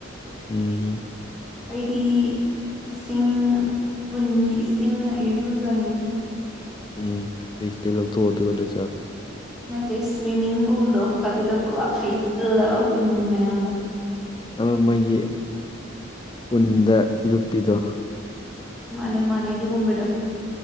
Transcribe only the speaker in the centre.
ꯑꯩꯗꯤ ꯏꯁꯤꯡ ꯎꯟꯒꯤ ꯏꯁꯤꯡꯅ ꯏꯔꯨꯖꯅꯤꯡꯉꯤ
ꯅꯠꯇꯦ ꯁ꯭ꯋꯤꯃꯤꯡ ꯄꯨꯜꯗꯣ ꯑꯗꯨꯗ ꯄꯨꯂꯞ ꯍꯩꯖꯤꯜꯂꯕ ꯎꯟ ꯃꯌꯥꯝꯗꯣ
ꯃꯥꯅꯦ ꯃꯥꯅꯦ ꯑꯗꯨꯒꯨꯝꯕꯗꯣ